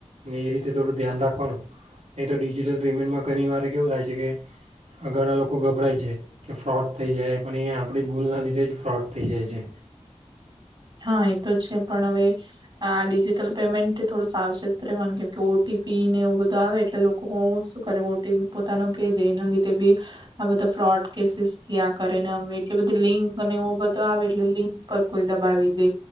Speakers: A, on the right; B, on the right.
A: ને એ રીતે થોડું ધ્યાન રાખવાનું નહીં તો ડિજિટલ પેમેન્ટમાં ઘણીવાર કેવું થાય છે કે ઘણાં લોકો ગભરાય છે કે ફ્રોડ થઈ જાય પણ એ આપણી ભૂલના લીધે જ ફ્રોડ થઈ જાય છે.
B: હા એ તો છે પણ હવે આ ડિ જિટલ પેમેન્ટ થોડું સાવચેત રહેવાનું કેમ કે ઓટીપી ને એવું બધું આવે એટલે લોકો શું કરે ઓટીપી પોતાનો કે દે એના લીધે બી આ બધા ફ્રોડ કેસીસ થિયા કરે નેમે એટ બધી લિંક અને તો આવે એટલે લિંક પર કોઈ દબાવી